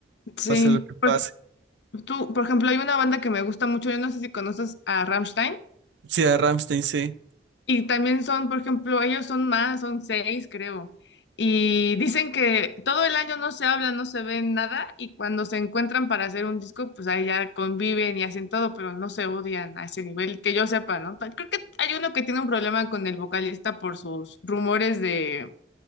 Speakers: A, on the left (about 70°); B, on the right (about 75°).
A: Sí.
B: pase lo que
A: Por-
B: pase.
A: tú, por ejemplo, hay una banda que me gusta mucho, yo no sé si conoces a Rammstein.
B: Sí, a Rammstein, sí.
A: Y también son, por ejemplo, ellos son más, son seis, creo. Y dicen que todo el año no se hablan, no se ven nada, y cuando se encuentran para hacer un disco, pues ahí ya conviven y hacen todo, pero no se odian a ese nivel, que yo sepa, ¿no? Ta- Creo que hay uno que tiene un problema con el vocalista por sus rumores de,